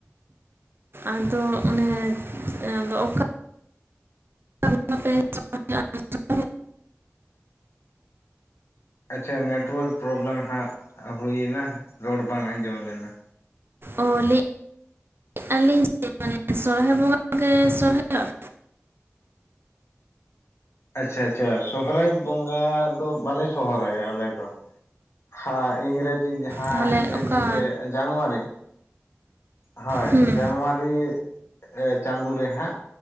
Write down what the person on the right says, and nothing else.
ᱟᱫᱚ ᱚᱱᱮ ᱮᱸ ᱟᱫᱚ ᱚᱠᱟ <unintelligible>
ᱚ ᱞᱟᱹᱭ <unintelligible> ᱟᱹᱞᱤᱧ ᱢᱟᱱᱮ ᱥᱚᱨᱦᱟᱭ ᱵᱚᱸᱜᱟ ᱜᱮ ᱥᱚᱨᱦᱟᱭᱚᱜ
ᱛᱟᱦᱚᱞᱮ
ᱚᱠᱟ
ᱦᱩᱸ